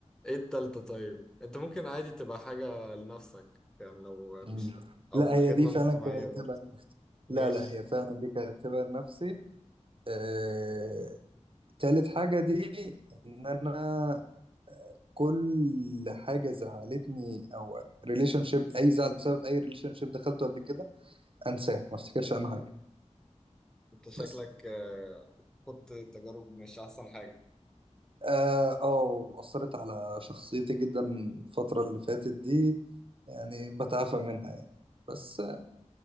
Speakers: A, in the centre; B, on the right.
A: ايه التالتة طيب انت ممكن عادي تبقى حاجة لنفسك يعني لو
B: <laughs>
A: مش او
B: لا
A: خدمة
B: هي دي فعلا
A: مجتمعية
B: كانت
A: برضه
B: تبقى نفسي
A: ماشي
B: لا لا هي فعلا دي كانت تبقى نفسي آه... تالت حاجة دي إن أنا كل حاجه زعلتني او ريليشن شيب اي زعل بسبب اي ريليشن شيب دخلته قبل كده انساه ما افتكرش عنه حاجه
A: انت شكلك
B: بس
A: آه، خدت تجارب مش احسن حاجة
B: اه آه، واثرت على شخصيتي جدا الفتره اللي فاتت دي يعني بتعافى منها يعني بس آه،